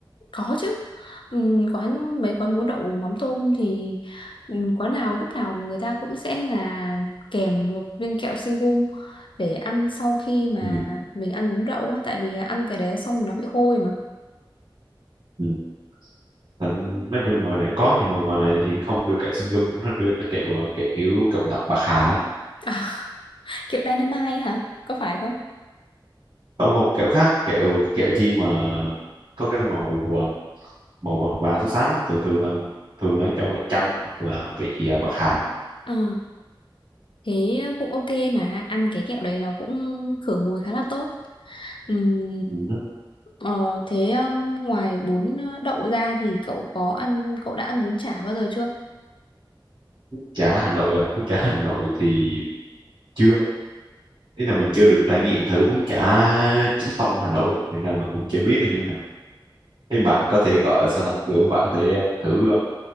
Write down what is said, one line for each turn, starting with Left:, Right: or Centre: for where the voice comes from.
Left: có chứ ừ, quán mấy quán bún đậu mắm tôm thì ừ, quán nào lúc nào người ta cũng sẽ là kèm một viên kẹo sinh gum để ăn sau khi mà
Right: ừ.
Left: mình ăn bún đậu á tại vì ăn cái đấy xong nó bị hôi mà
Right: Ừ. Thành- nói chung ngoài này cũng có nhưng mà ngoài này thì không đưa kẹo xin gum nó đưa cái kẹo ờ, kẹo kiểu kẹo ngập bạc hà á.
Left: <laughs> kiểu dynamite ấy hả có phải không
Right: không không kẹo khác kẹo cái kẹo chi mà có cái màu ờ, màu vàng vàng xám xám á thường thường là thường là cho vị chanh hoặc là vị ờ, bạc hà
Left: Ờ, thế cũng ok mà ăn cái kẹo đấy nó cũng khử mùi khá là tốt Ừm,
Right: Ừ.
Left: ờ, thế um, ngoài bún ờ, đậu ra thì cậu có ăn cậu đã ăn bún chả bao giờ chưa?
Right: chả Hà Nội à? Bún chả Hà Nội thì chưa ý là mình chưa được trải nghiệm thử bún chả chính tông Hà Nội nên là mình cũng chưa biết nó như thế nào thế bạn có thể gọi sao ta kiểu bạn có thể ờ, thử ờ,